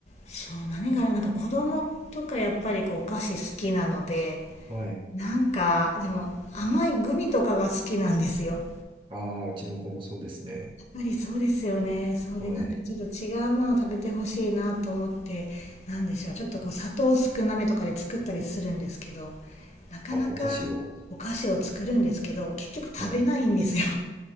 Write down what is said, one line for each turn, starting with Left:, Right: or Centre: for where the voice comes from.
Left: そう、何からなんか子供とかやっぱりこうお菓子好きなので、
Right: はい。
Left: なんか、でも甘いグミとかが好きなんですよ。
Right: ああ、うちの子もそうですね。
Left: やっぱりそうですよね。そうで、
Right: はい。
Left: なんかちょっと違うものを食べてほしいなと思って、なんでしょう。ちょっとこう砂糖少なめとかで作ったりするんですけど、なかなか
Right: あ、お菓子を
Left: お菓子を作るんですけど、結局食べないんですよ。
Right: はい。